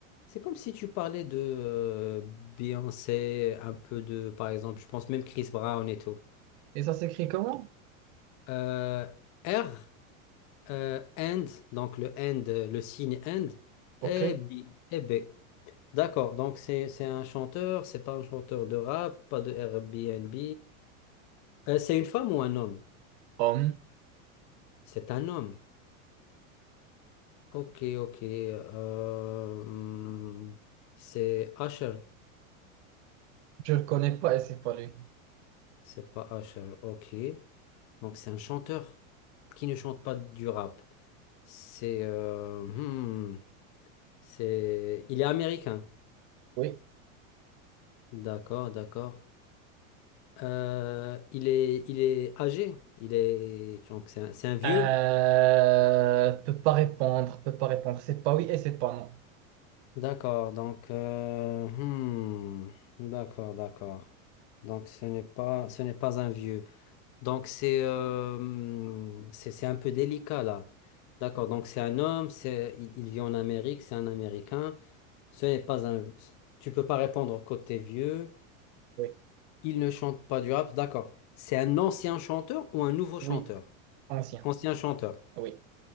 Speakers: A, on the left (about 45°); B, on the right (about 55°).
A: c'est comme si tu parlais de euh, Beyoncé, un peu de, par exemple, je pense même Chris Brown et tout.
B: Et ça s'écrit comment?
A: Euh, R, euh, and, donc le and, euh, le signe and,
B: Ok.
A: et B. Et B. D'accord, donc c'est c'est un chanteur, c'est pas un chanteur de rap, pas de Airbnb. Euh, c'est une femme ou un homme?
B: Homme.
A: C'est un homme. Ok, ok. euh, hmm, c'est Usher.
B: Je le connais pas et c'est pas lui.
A: C'est pas Usher, ok. Donc c'est un chanteur qui ne chante pas du rap. C'est... euh, hmm, c'est... Il est américain.
B: Oui.
A: D'accord, d'accord. Euh, il est, il est âgé. Il est... Donc c'est un, c'est un vieux.
B: Euh... Peut pas répondre. Peut pas répondre. C'est pas oui et c'est pas non.
A: D'accord, donc... euh, hmm, d'accord, d'accord. Donc ce n'est pas, ce n'est pas un vieux. Donc c'est euh, c'est c'est un peu délicat là. D'accord, donc c'est un homme, c'est il, il vit en Amérique, c'est un Américain. Ce n'est pas un tu peux pas répondre côté vieux.
B: Oui.
A: Il ne chante pas du rap, d'accord. C'est un ancien chanteur ou un nouveau
B: Oui.
A: chanteur?
B: Ancien.
A: Ancien chanteur.
B: Oui.